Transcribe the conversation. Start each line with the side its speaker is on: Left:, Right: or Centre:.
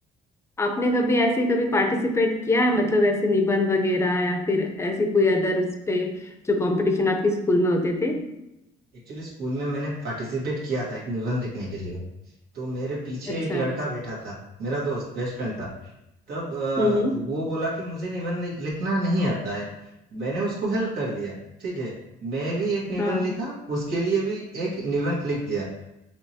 Left: आपने कभी ऐसे कभी पार्टिसिपेट किया है मतलब ऐसे निबंध वगैरह या फिर ऐसी कोई अदर उस पे जो कंपटीशन आपके स्कूल में होते थे
Right: एक्चुअली स्कूल में मैंने पार्टिसिपेट किया था एक निबंध लिखने के लिए तो मेरे पीछे
Left: अच्छा
Right: एक लड़का बैठा था मेरा दोस्त बेस्ट फ्रेंड था तब अ,
Left: हम्म हम्म,
Right: वो बोला कि मुझे निबंध लि- लिखना नहीं आता है मैंने उसको हेल्प कर दिया ठीक है मैं भी एक निबंध
Left: हाँ
Right: लिखा उसके लिए भी एक निबंध लिख दिया